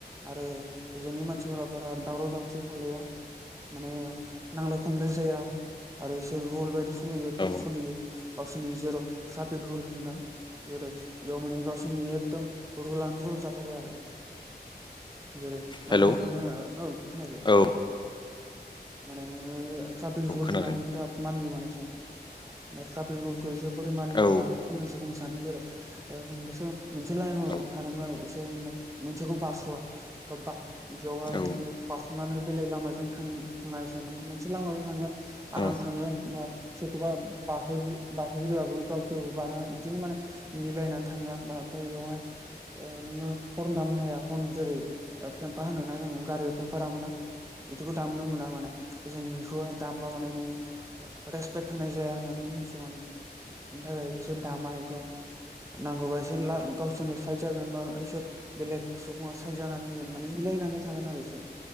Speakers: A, on the right; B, on the left.
A: आरो जोंनि मानसिफोरा बारा दावराव दावसि खालाया माने नांलाय खमलाय जाया आरो इसोर बुल बायदि सोलियोबाथाय
B: औ
A: सोलियो गावसोरनि जेराव ट्राफिक रुल होनोना जेरै इयाव माने गसोरनि एदम रुलानो रुल जाथारो आरो जेरै माने
B: हेलौ
A: नोङो औ खोनागोन
B: औ
A: माने नोङो ट्राफिक
B: औ
A: रुल
B: खोनादों
A: होननानै बिराद मानिय मान एसे दा ट्राफिक रुलखौ एसे बोरै मानियो
B: औ
A: होमबा फंनैसो बुंनो सानो जेरै बिसोर मोनसे लाइनाव
B: औ
A: थादोंबा माने मोनसेखौ बारस'आ बा बेयावहाय
B: औ
A: नोङो थांनानै बेलेग लामाजों थ थांसो माने मोनसे लामाजों थांगोन आराम
B: औ
A: थांगोन बा सोरखौबा <unintelligible> गावसोरबो बारा बिदिनो माने मिलायनानै थाङा ओमफ्राय बेवहाय नोङो हरम दामनो हाया हरम जेरै फेम्फा होनोना जोङो गारि फेम्फा दामोना बेदिखौ दामनो मोना माने जों बेखौहाय दामबा माने नोङो रेसपेक्ट होनाय जाया होननानै मिथियो माने बेनि थाखाय इसोर दामा बेखौ नांगौबा इसोर गावसोरनो सायजागोन बा इसोर बेलेग सुबुङा सायजानानै होगोन माने मिलायनानै थागोन आरो बिसोर